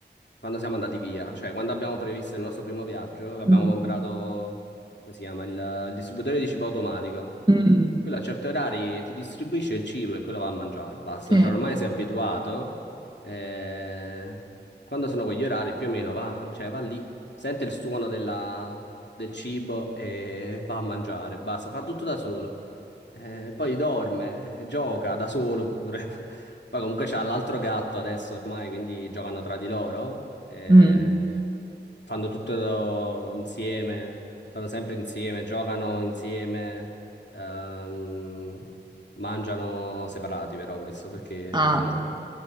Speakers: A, on the left; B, on the right.
A: quando siamo andati via, cioè quando abbiamo previsto il nostro primo viaggio,
B: <laughs>
A: abbiamo
B: Mm.
A: comprato, come si chiama, il, il distributore di cibo automatico.
B: Mm.
A: Quello a certi orari ti distribuisce il cibo e quello va a mangiare, basta,
B: Sì.
A: cioè ormai sei abituato. eh, Quando sono quegli orari più o meno va, cioè va lì, sente il suono della- del cibo e va a mangiare, basta, fa tutto da solo. Eh, poi dorme, eh, gioca da solo pure. <laughs> Poi comunque c'ha l'altro gatto adesso ormai, quindi giocano tra di loro. eh,
B: Mm.
A: fanno tutto insieme, stanno sempre insieme, giocano insieme, ehm, mangiano separati però questo perché
B: Ah.
A: sennò...